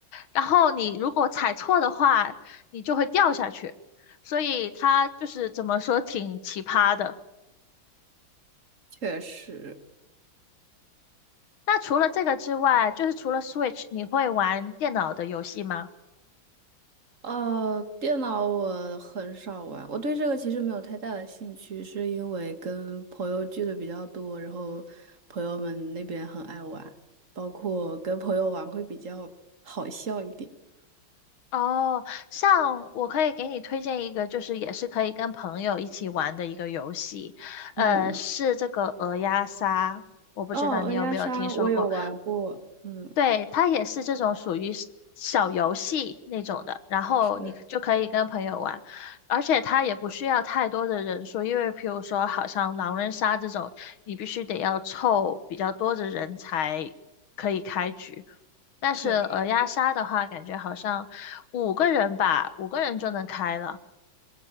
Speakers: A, on the left; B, on the right.
A: 然后你如果踩错的话，你就会掉下去，所以它就是怎么说挺奇葩的。
B: 确实。
A: 那除了这个之外，就是除了 Switch，你会玩电脑的游戏吗？
B: 呃，电脑我很少玩，我对这个其实没有太大的兴趣，是因为跟朋友聚的比较多，然后朋友们那边很爱玩，包括跟朋友玩会比较好笑一点。
A: 哦，像我可以给你推荐一个，就是也是可以跟朋友一起玩的一个游戏，呃，
B: 嗯嗯，
A: 是这个鹅鸭杀，我不知道你有没有听说过。
B: 哦，鹅鸭杀我有玩过，嗯，
A: 对，它也是这种属于是小游戏那种的，然后你就可以跟朋友玩，
B: 是的，
A: 而且它也不需要太多的人数，因为譬如说，好像狼人杀这种，你必须得要凑比较多的人才可以开局。但是鹅鸭杀的话，
B: 确实，
A: 感觉好像五个人吧，五个人就能开了。